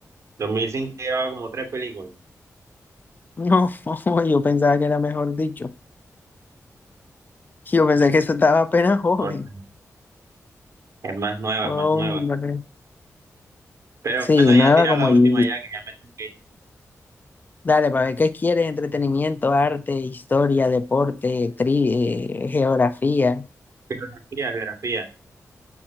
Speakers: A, on the right; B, on the left.
A: 2005 llevaba como tres películas.
B: No, <laughs> yo pensaba que era mejor dicho. Yo pensé que eso estaba apenas joven.
A: No, no, no. es más nueva,
B: Hombre.
A: es más nueva. Pero
B: Sí,
A: bueno, ya
B: nueva
A: tira
B: como
A: la última
B: Gigi.
A: ya que ya me tengo que ir.
B: Dale, para ver qué quieres, entretenimiento, arte, historia, deporte, tri- eh, geografía.
A: Geografía, geografía.